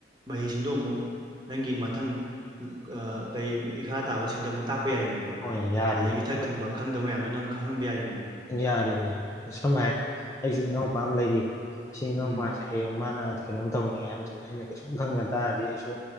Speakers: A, on the right; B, on the left.
A: ꯃꯍꯩꯁꯤꯡꯗꯨꯣ ꯑꯃꯨꯛ ꯅꯪꯒꯤ ꯃꯊꯪ ꯑ ꯀꯩ ꯏꯈꯥ ꯇꯥꯕꯁꯤꯡꯗ ꯑꯃꯨꯛ ꯇꯥꯛ ꯌꯥꯔꯤꯕꯅꯦꯕ
B: ꯍꯣꯏ ꯌꯥꯔꯤꯕꯅꯤ
A: ꯑꯗꯒꯤ ꯏꯊꯛ ꯊꯪꯕ ꯈꯪꯗꯕ ꯃꯌꯥꯝꯖꯨ ꯅꯪ ꯈꯪꯍꯟꯕ ꯌꯥꯔꯤ
B: ꯌꯥꯔꯤꯕꯅꯦ ꯁꯝꯅ ꯍꯥꯏ ꯀꯥꯟ ꯑꯩꯖꯨ ꯏꯅꯥꯎꯄꯥ ꯑꯃ ꯂꯩꯔꯤ ꯁꯤ ꯏꯅꯥꯎꯄꯥꯁꯦ
A: ꯎꯝ
B: ꯍꯌꯦꯡ ꯃꯥꯅ ꯀꯩꯅꯣꯝ ꯇꯧꯅꯤꯉꯦ ꯍꯥꯏꯕ ꯃꯇꯝꯗ ꯑꯩꯅ ꯀꯩꯁꯨꯝ ꯈꯪꯗ ꯇꯥꯔꯗꯤ ꯑꯩꯁꯨ